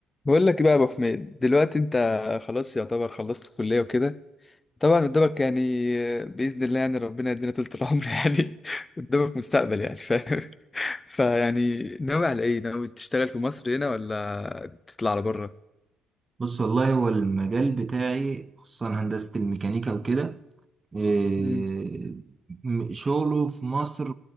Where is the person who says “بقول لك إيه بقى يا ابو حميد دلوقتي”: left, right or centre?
Left